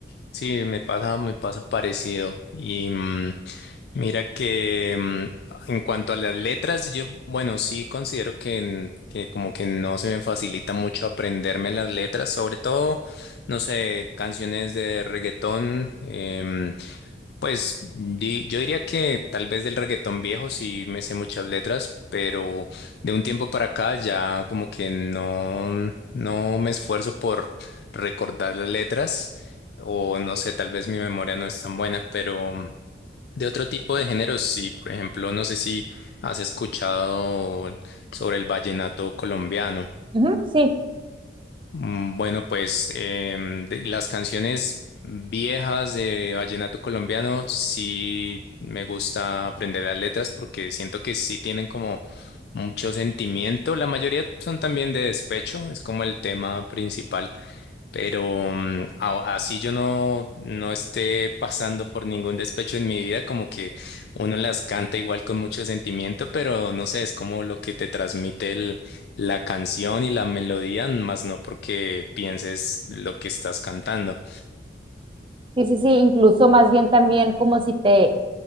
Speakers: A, on the left; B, on the right.
A: Sí, me pasa, me pasa parecido. Y mm, Mira que mm, en cuanto a las letras, yo, bueno, sí considero que, n- que como que no se me facilita mucho aprenderme las letras, sobre todo, no sé, canciones de reggaetón, em, pues di- yo diría que tal vez del reggaetón viejo sí me sé muchas letras, pero de un tiempo para acá ya como que no, no me esfuerzo por recordar las letras, o no sé, tal vez mi memoria no es tan buena, pero... De otro tipo de géneros, sí, por ejemplo, no sé si has escuchado sobre el vallenato colombiano.
B: Ujú, sí,
A: Mm, Bueno, pues em, de las canciones viejas de vallenato colombiano sí me gusta aprender las letras porque siento que sí tienen como mucho sentimiento. La mayoría son también de despecho, es como el tema principal. Pero mm, a- así yo no, no esté pasando por ningún despecho en mi vida, como que uno las canta igual con mucho sentimiento, pero no sé, es como lo que te transmite el- la canción y la melodía, más no porque pienses lo que estás cantando.
B: sí, sí, sí, incluso más bien también como si te